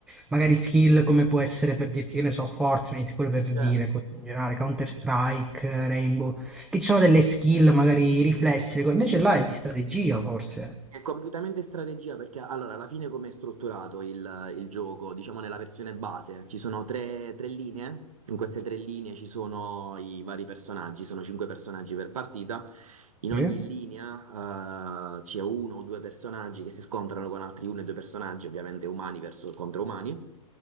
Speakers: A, in the centre; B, on the right.
A: magari skill come può essere per dirti, che ne so, Fortnite, pure per
B: certo.
A: dire, così in generale, Counter-Strike, eh, Rainbow, che ci sono delle skill, magari riflessi, le cose. invece là è di strategia, forse.
B: È completamente strategia perché allora alla fine come è strutturato il, il gioco? Diciamo nella versione base ci sono tre, tre linee, in queste tre linee ci sono i vari personaggi, sono cinque personaggi per partita, in
A: Sì?
B: ogni linea eh, c'è uno o due personaggi che si scontrano con altri uno e due personaggi, ovviamente umani verso, contro umani.